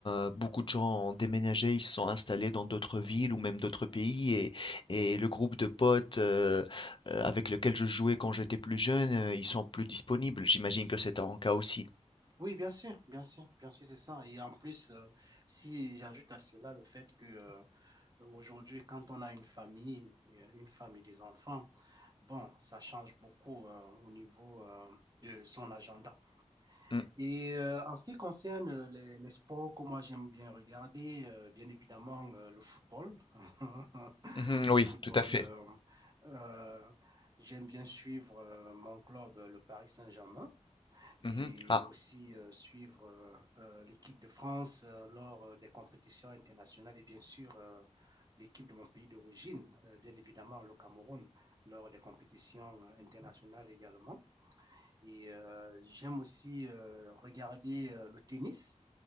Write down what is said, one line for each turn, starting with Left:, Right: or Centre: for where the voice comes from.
Left: heu, beaucoup de gens ont déménagé, ils se sont installés dans d'autres villes ou même d'autres pays et et le groupe de potes, euh, avec lesquels je jouais quand j'étais plus jeune, euh, ils sont plus disponibles. J'imagine que c'est ton cas aussi.
Right: Oui, bien sûr, bien sûr, bien sûr, c'est ça. Et en plus, euh, si j'ajoute à cela le fait que euh, aujourd'hui, quand on a une famille, euh, une femme et des enfants, bon, ça change beaucoup euh, au niveau euh, de son agenda.
Left: Mm,
Right: Et euh, en ce qui concerne euh, les, les sports que moi j'aime bien regarder, euh, bien évidemment euh, le football. <laughs>
Left: mhm, oui,
Right: Le football,
Left: tout à fait.
Right: euh, euh, j'aime bien suivre euh, mon club, euh, le Paris Saint-Germain, et
Left: Mhm. Ah,
Right: aussi euh, suivre euh, euh, l'équipe de France euh, lors euh, des compétitions internationales et bien sûr euh, l'équipe de mon pays d'origine, euh, bien évidemment le Cameroun, lors des compétitions euh, internationales également. Et euh, j'aime aussi euh, regarder euh, le tennis,